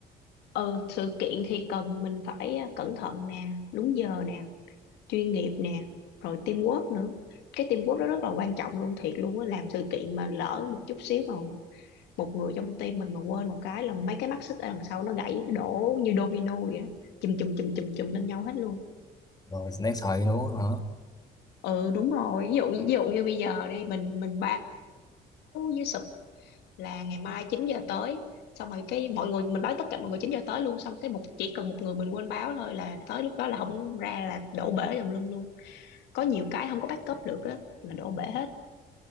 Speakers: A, on the left; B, on the left.
A: ừ, sự kiện thì cần mình phải à, cẩn thận nè, đúng giờ nè, chuyên nghiệp nè, rồi teamwork nữa. Cái teamwork đó rất là quan trọng luôn, thiệt luôn á. Làm sự kiện mà lỡ một chút xíu mà một người trong team mình mà quên một cái là mấy cái mắt xích ở đằng sau nó gãy nó đổ như domino vậy á, chùm chùm chùm chùm chùm lên nhau hết luôn.
B: rồi đáng sợ vậy đúng không hả
A: Ừ đúng rồi, ví dụ ví dụ như bây giờ đi mình mình báo với sụp là ngày mai chín giờ tới xong rồi cái mọi người mình báo tất cả mọi người 9 giờ tới luôn xong cái một chỉ cần một người mình quên báo thôi là tới lúc đó là không ra là đổ bể tùm lum luôn có nhiều cái không có backup được á là đổ bể hết